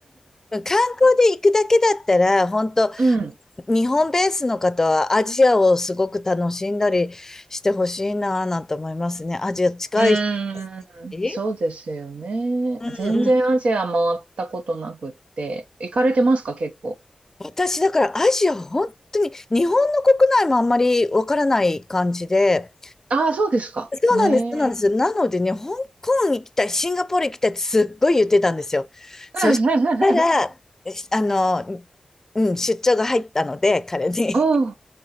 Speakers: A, on the left (about 20°); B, on the right (about 90°).
A: 観光で行くだけだったら、本当
B: うん。
A: 日本ベースの方はアジアをすごく楽しんだりしてほしいなぁなんて思いますね。アジア近いし。
B: うーん、
A: う
B: そうですよね。
A: んうん。
B: 全然アジア回ったことなくって。行かれてますか、結構。
A: 私だからアジア本当に日本の国内もあんまりわからない感じで、
B: ああ、そうですか。
A: そうなんです、
B: ね
A: そうなんです。なのでね、香港行きたい、シンガポール行きたいってすっごい言ってたんですよ。そしたら、
B: え。<laughs>
A: しあの、うん、出張が入ったので、彼に。
B: おー、